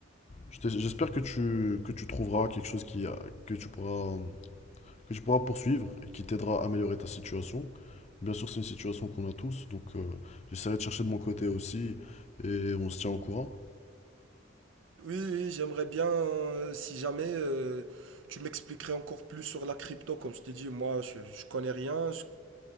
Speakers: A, on the left; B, on the right.
A: je t'es- j'espère que tu, que tu trouveras quelque chose qui, a- que tu pourras, que tu pourras poursuivre et qui t'aidera à améliorer ta situation. Bien sûr, c'est une situation qu'on a tous, donc euh, j'essaierai de chercher de mon côté aussi et on se tient au courant.
B: Oui, oui, j'aimerais bien, euh, si jamais euh, tu m'expliquerais encore plus sur la crypto, comme je t'ai dit, moi, je, je connais rien, je-